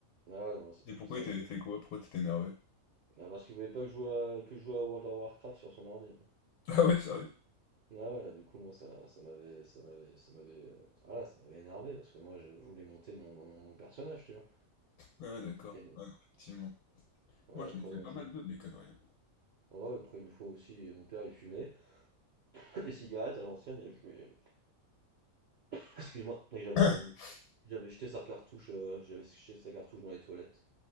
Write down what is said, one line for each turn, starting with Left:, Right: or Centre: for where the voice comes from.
Right: Ah ouais, non, ça,
Left: Et pourquoi
Right: ça,
Left: il t'avait
Right: j'ai après.
Left: fait quoi? Pourquoi t'étais énervé? <laughs>
Right: Ah, parce qu'il voulait pas que je joue à, que je joue à World of Warcraft sur son ordi.
Left: Ah ouais, sérieux?
Right: Ah ouais, du coup, moi, ça, ça m'avait, ça m'avait, ça m'avait, euh, voilà, ça m'avait énervé parce que moi, je voulais monter mon, mon, mon personnage, tu vois.
Left: Ah ouais, d'accord.
Right: Et non
Left: Ah non, effectivement.
Right: ouais,
Left: Moi,
Right: après,
Left: j'en ai fait
Right: non
Left: pas
Right: je
Left: mal d'autres, des conneries. hein.
Right: Ouais, après, une fois aussi, mon père, il fumait <laughs> des cigarettes à l'ancienne et je lui ai, Ah, Excuse-moi, mais j'avais
Left: <coughs>
Right: euh, j'avais jeté sa cartouche, euh, j'avais jeté sa cartouche dans les toilettes.